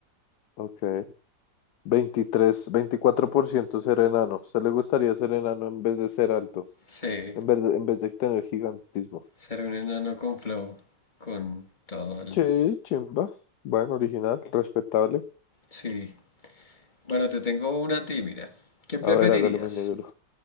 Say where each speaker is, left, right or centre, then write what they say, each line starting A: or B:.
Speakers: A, on the left; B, on the left.
A: Ok. 23, 24% ser enano. ¿A usted le gustaría ser enano en vez de ser alto?
B: sí.
A: En vez de, en vez de tener gigantismo.
B: Ser un enano con flow. Con todo el...
A: Sí, chimba. Bueno, original, respetable.
B: Sí. Bueno, te tengo una a ti, mira. ¿Qué preferirías?
A: A ver, hágale mi negro.